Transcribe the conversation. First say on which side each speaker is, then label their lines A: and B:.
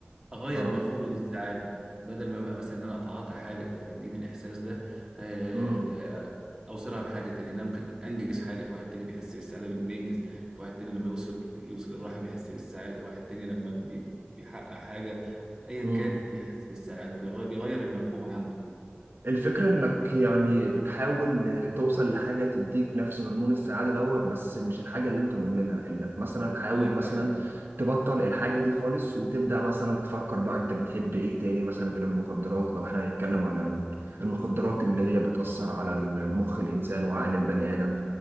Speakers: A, on the right; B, on the right.
A: اغير
B: اه
A: مفهومي للسعاده بدل ما يبقى مثلا ان انا اتعاطى حاجه فتديني الاحساس ده آه،
B: مم.
A: آه، اوصلها بحاجه تانية إن انا ممكن انجز حاجه في واحد تاني بيحس بالسعاده باللي ينجز في واحد تاني لما يوصل يوصل الرحم يحس بالسعاده واحد تاني لما بي- بيحقق حاجه ايا
B: مم.
A: كان بيحس بالسعاده فيغير بيغير المفهوم عنده
B: الفكرة انك يعني بتحاول توصل لحاجة تديك نفس هرمون السعادة دوت بس مش الحاجة اللي انت مدمنها انك مثلا حاول
A: الله يفتح
B: مثلا
A: عليك
B: تبطل الحاجة دي خالص وتبدأ مثلا تفكر بقى انت بتحب ايه تاني مثلا غير المخدرات لو احنا هنتكلم عن ال- المخدرات اللي هي بتأثر على المخ الانسان وعقل البني ادم